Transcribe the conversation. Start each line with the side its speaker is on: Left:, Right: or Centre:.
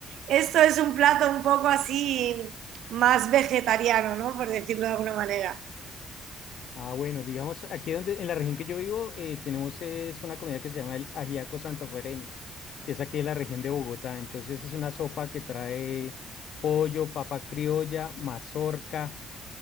Right: Esto es un plato un poco así más vegetariano, ¿no? Por decirlo de alguna manera.
Left: Ah, bueno, digamos, aquí donde, en la región que yo vivo, eh, tenemos es una comida que se llama el ajiaco santafereño, que es aquí de la región de Bogotá. Entonces es una sopa que trae pollo, papa criolla, mazorca,